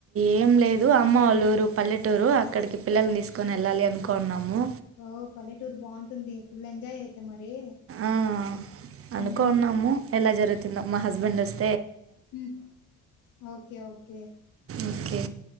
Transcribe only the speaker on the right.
ఏం లేదు అమ్మ వాళ్ళ పల్లెటూరు అక్కడికి పిల్లల్ని తీసుకుొని వెళ్ళాలి అనుకున్నాము
ఆ, అనుకున్నాము
ఎలా జరుగు తిను మా హస్బెండ్స్
ఓకే